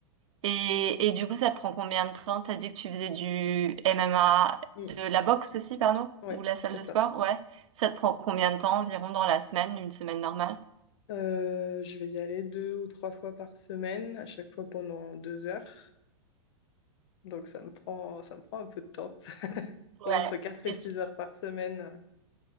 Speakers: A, on the right; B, on the left.
A: Et, et du coup, ça te prend combien de temps? T'as dit que tu faisais du MMA,
B: Mm.
A: de la boxe aussi, pardon?
B: Ouais,
A: Ou la salle
B: c'est
A: de
B: ça.
A: sport? Ouais. Ça te prend combien de temps environ dans la semaine, une semaine normale?
B: Euh, je vais y aller deux ou trois fois par semaine, à chaque fois pendant deux heures. Donc ça me prend, ça me prend un peu de temps. <laughs>
A: Ouais.
B: Ouais, entre quatre
A: Et
B: et six
A: tu,
B: heures par semaine. euh,